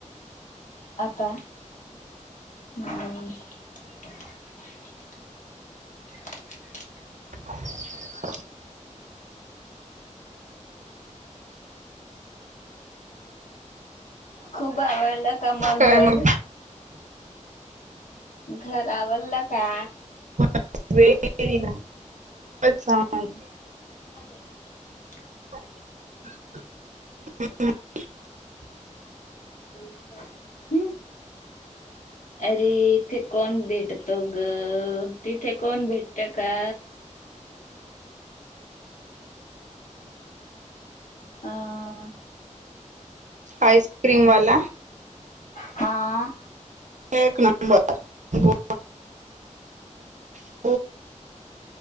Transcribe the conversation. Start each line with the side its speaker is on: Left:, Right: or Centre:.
Left: आता हम्म <unintelligible>
Right: हम
Left: खूप आवडलंत त मघर
Right: काय मग
Left: घराव <unintelligible> का?
Right: <unintelligible> अच्छा <unintelligible>
Left: <unintelligible>
Right: <unintelligible>
Left: <unintelligible> हम् अरे इथे कोण भेटतो ग, तिथे कोण भेटत का? आ <unintelligible>
Right: आइसक्रीम वाला
Left: हा.
Right: एक नंबर गो <unintelligible>